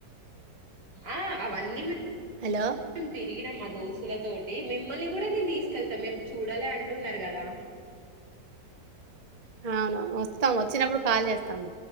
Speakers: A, on the right; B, on the right.
A: ఆ, అవన్నీ మీక్
B: హలో
A: మ్ తిరిగిన మద్ దోస్తుల తోటి మిమ్మల్ని గూడ నేను తీసుకెళ్తా మీరు చూడలే అంటున్నర్గదా?
B: అవునవును వస్తాం వచ్చినప్పుడు కాల్ చేస్తాం తం